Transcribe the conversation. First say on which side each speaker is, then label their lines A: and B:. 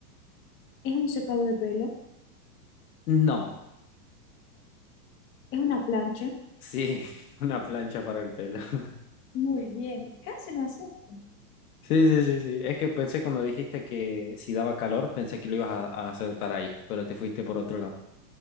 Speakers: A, on the left; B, on the left.
A: ¿Es un secado de pelo?
B: No,
A: ¿Es una plancha?
B: sí, <laughs> una plancha para el pelo. <laughs>
A: Muy bien, casi no acepto.
B: Sí, sí, sí, sí. Es que pensé cuando dijiste que si daba calor, pensé que lo ibas a, a acertar ahí, pero te fuiste por otro lado.